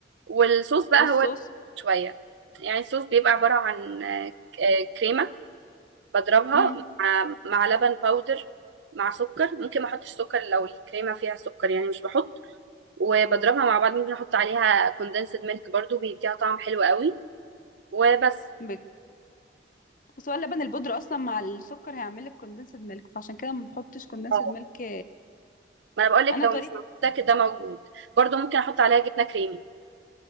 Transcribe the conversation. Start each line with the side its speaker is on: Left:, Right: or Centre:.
Right: والصوص بقى
Left: والصوص
Right: هو شويه يعني الصوص بيبقى عباره عن آه، ك- آه، كريمه بضربها
Left: امم
Right: مع, مع لبن باودر مع سكر ممكن ما احطش سكر لو الكريمه فيها سكر يعني مش بحط وبضربها مع بعض ممكن احط عليها كوندنسد ميلك برضو بيديها طعم حلو قوي وبس
Left: بجد. بس هو اللبن البودرة اصلا مع السكر هيعمل لك كوندنسد ميلك فعشان كده ما بحطش كوندنسد
Right: اه
Left: ميلك
Right: ما انا بقول لك
Left: انا
Right: لو
Left: طريقتي
Right: مش موجود ده كده موجود برضو ممكن احط عليها جبنه كريمي